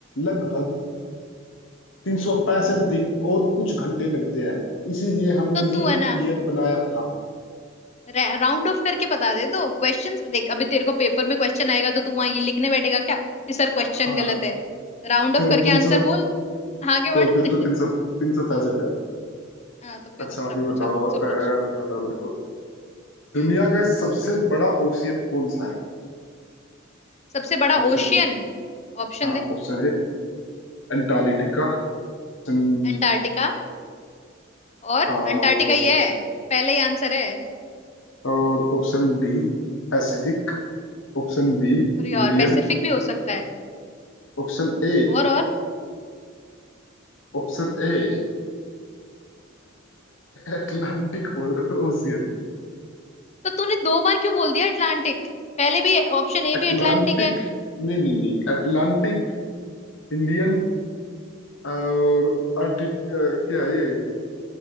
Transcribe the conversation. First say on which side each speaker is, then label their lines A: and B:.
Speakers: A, on the left; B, on the left.
A: लगभग तीन सौ पैंसठ दिन और कुछ घंटे लगते हैं इसीलिए हमने
B: तो
A: लीप
B: तू है ना
A: ईयर बनाया था
B: राउंड ऑफ करके बता दे तो क्वेश्चंस देख अभी तेरे को पेपर में क्वेश्चन आएगा तो तू वहां ये लिखने बैठेगा क्या कि सर क्वेश्चन
A: हाँ
B: गलत है राउंड
A: तो
B: ऑफ करके
A: तीन
B: आंसर
A: सौ
B: बोल आगे
A: तो
B: बढ़
A: फिर तो तीन
B: <laughs>
A: सौ तीन सौ पैंसठ है
B: हाँ तो फिर
A: अच्छा
B: दूसरा
A: अभी
B: पूछा
A: बताओ
B: मुझसे
A: अ,
B: पूछ
A: अभी बताओ मेरे को दुनिया
B: हम्म
A: का सबसे बड़ा ओशियन कौन सा है
B: सबसे बड़ा
A: ऑप्शन
B: ओशियन ऑप्शन
A: हाँ
B: दे
A: ऑप्शन ए अंटार्कटिका ऑप्शन
B: अंटार्कटिका और
A: हाँ
B: अंटार्कटिका
A: और
B: ये
A: ऑप्शन
B: है पहले ही आंसर है
A: और option B Pacific Option B
B: अरे
A: Indian
B: यार पैसिफिक भी हो सकता है
A: Option A
B: और और
A: Option A Atlantic ocean
B: तो तूने दो बार क्यों बोल दिया अटलांटिक पहले भी ऑप्शन ए
A: Atlantic
B: भी अटलांटिक है
A: नहीं नहीं नहीं अटलांटिक इंडियन <laughs> और अर्टि अ, क्या ये